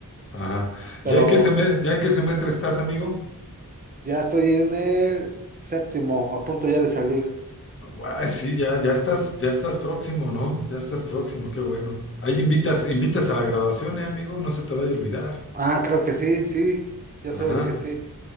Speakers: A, on the left; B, on the right.
A: Ajá.
B: Pero
A: ¿Ya en qué seme- ya en qué semestre estás, amigo?
B: ya estoy en el séptimo, a punto ya de salir.
A: Guay, sí, ya, ya estás, ya estás próximo, ¿no? Ya estás próximo, qué bueno. Ahí invitas, invitas a la graduación, eh, amigo, no se te vaya a olvidar.
B: Ah, creo que sí, sí, ya
A: Ajá.
B: sabes que sí.